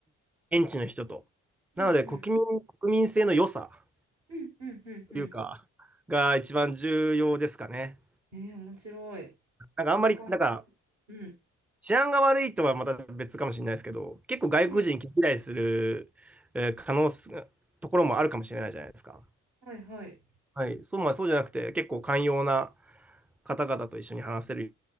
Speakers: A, in the centre; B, on the right.
A: 現地の人と。
B: うんうん
A: なので国民、国民性の良さ。
B: うんうんうんう
A: というか、が一番重要ですかね。
B: んえー、面白い。
A: なんかあんまり、
B: その感覚。
A: なんか
B: うん。
A: 治安が悪いとはまた別かもしれないですけど、結構外国人嫌いする、
B: ええ
A: えー可能す、ところもあるかもしれないじゃないですか。
B: はいはい。
A: はい。そう、まあそうじゃなくて、結構寛容な方々と一緒に話せる